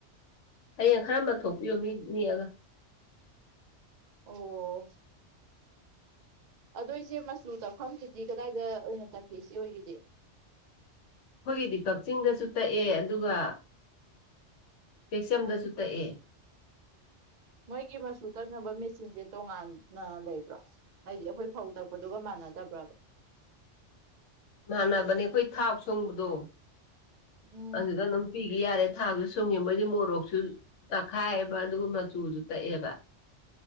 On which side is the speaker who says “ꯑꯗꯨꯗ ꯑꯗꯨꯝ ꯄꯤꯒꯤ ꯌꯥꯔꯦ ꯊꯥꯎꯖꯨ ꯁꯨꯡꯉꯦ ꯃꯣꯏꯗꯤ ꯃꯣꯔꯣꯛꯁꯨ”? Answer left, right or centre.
Left